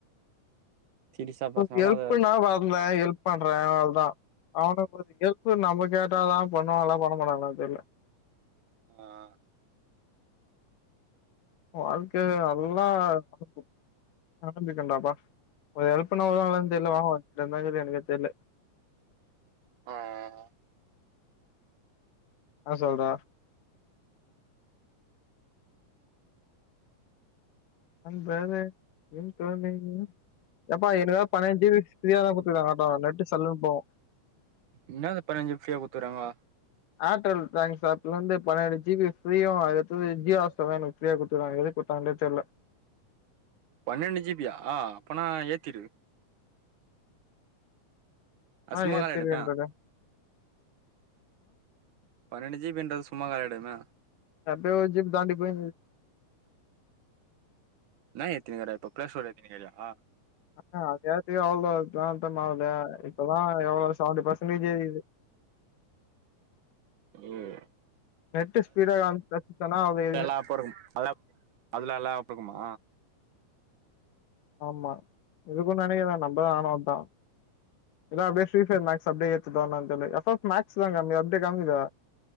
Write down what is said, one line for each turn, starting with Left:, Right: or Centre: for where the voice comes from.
Right: சீரியஸா பேசுனாலு
Left: ஹெல்ப்னா
Right: அத
Left: வந்தே ஹெல்ப் பண்றே அவ்ள தா அவ்னோ புரிஞ்சிக் ஹெல்ப் நம்ப கேட்டா கேட்டா தா பண்ணுவாளா பண்ண மாட்டாங்களா தெர்ல
Right: அ அ ஆ
Left: வாழ்க்கைய நல்லா அனுபிக்கி அனுபிக்கண்டாப்பா ஒரு ஹெல்ப்ன்னா வருவாங்களானு தெர்ல வாங்க <unintelligible> எனக்கே தெர்ல
Right: ஆ ஆ ம்
Left: ஆ சொல்ற வந்தரே எம் தோனி ம் எப்பா எனக்காக பன்னாட்டு ஜீபி ஃப்ரியாதா குடுத்துராங்க அட்டோ நெட்டு சல்லுன்னு போவு
Right: இன்னாது பன்னடுஜிபி ஃபிரீயா குத்துறாங்கோ
Left: அர்டெல் தேங்க்ஸ் ஆப்ல இருந்து பன்னெண்டு ஜிபி ஃப்ரீயு அதுக் அடுத்தது ஜியோ ஹாட்ஸ்டார் எனக் ஃபிரிய குத்துருக்க எதுக் குடுத்தங்களே தெர்ல
Right: பன்னெண்டு ஜிபியா அப்பனா ஏத்திரு அது
Left: ஆ
Right: சும்மா
Left: ஏத்திறன்ருக்கே
Right: காலி ஆயிடுமே பன்னெண்டு ஜிபன்றது சும்மா கடயதுன்ன
Left: <unintelligible> ஜிபி தாண்டி போய்ன்னுக்குது
Right: என்ன ஏத்தினுருக்க இப்ப பேச கூடாதுன்ருக்குறியா
Left: ஆஹ <unintelligible> அவ்வளவு மா இப்பதா எவ்வளவு செவன்டி பெர்சன்டேஜ் ஏரிது
Right: உம்
Left: நெட்டு ஸ்பீட்டா அ ப்ரத்தனாவே
Right: எல்லா அப்ப இருக்கும் அதா அதுலா எல்லா அப்ப இருக்குமா
Left: ஆமா இருக்கும் நினைக்குற நம்மதா ஆணவம் தா இதா அப்படியே ப்ரீபர் மேக்ஸ் அப்டியே ஏத எப்ப் மேக்ஸ்னங்க <unintelligible> அப்டியே கிளம்பிடுவ